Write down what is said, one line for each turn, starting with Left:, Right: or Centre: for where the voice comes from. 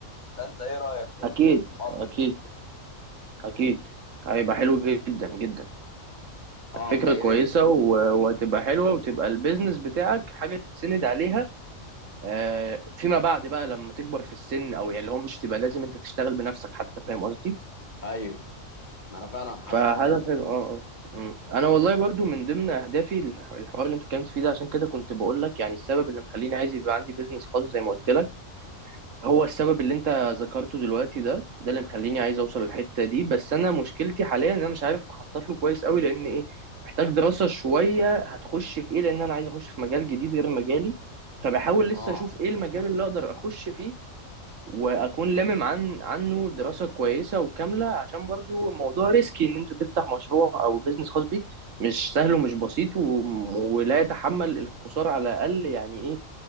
Left: فانت ايه رايك في
Right: اكيد
Left: ال- في الحوار
Right: اكيد
Left: دي؟
Right: اكيد هيبقى حلو جدا جدا
Left: اه
Right: فكرة
Left: طيب
Right: كويسة
Left: انت
Right: و- وهتبقى حلوة وتبقى البيزنس بتاعك حاجة تتسند عليها آه، فيما بعد بقى لما تكبر في السن او يعني اللي هو مش تبقى لازم انت تشتغل بنفسك حتى فاهم قصدي
Left: ايوه ما انا فعلا حاسس
Right: فهدف
Left: حاجه زي كده
Right: ال- اه آه. مم. انا والله برضو من ضمن اهدافي الح- الحوار اللي انت اتكلمت فيه ده عشان كده كنت بقول لك يعني السبب اللي مخليني عايز يبقى عندي بيزنس خاص زي ما قلت لك هو السبب اللي انت ذكرته دلوقتي ده ده اللي مخليني عايز اوصل للحته دي بس انا مشكلتي حاليا ان انا مش عارف اخطط له كويس قوي لان ايه محتاج دراسه شويه هتخش في ايه لان انا عايز اخش في مجال جديد غير مجالي فبحاول لسه
Left: اه
Right: اشوف ايه المجال اللي اقدر اخش فيه واكون لامم عن عنه دراسه كويسه وكامله عشان برضو الموضوع ريسكي ان انت تفتح مشروع او بيزنس خاص بيك مش سهل ومش بسيط و... ولا يتحمل الخساره على الاقل يعني ايه